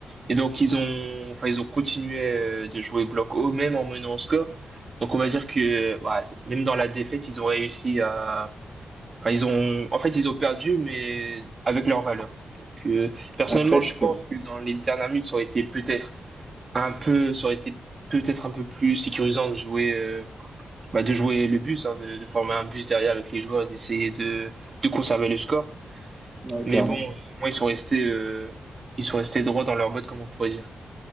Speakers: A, on the right; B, in the centre.
A: Et donc, ils ont, enfin, ils ont continué euh, de jouer bloc haut, même en menant au score. Donc, on va dire que, bah, même dans la défaite, ils ont réussi à, Enfin, ils ont, en fait, ils ont perdu, mais avec leur valeur. Donc, euh, personnellement,
B: Après,
A: je
B: tu peux,
A: pense que dans les dernières minutes, ça aurait été peut-être un peu, ça aurait été peut-être un peu plus sécurisant de jouer, euh, bah, de jouer le bus, hein, de, de former un bus derrière avec les joueurs, et d'essayer de, de conserver le score.
B: ouais,
A: Mais
B: clairement.
A: bon, euh, au moins, ils sont restés, euh, ils sont restés droits dans leur botte, comme on pourrait dire.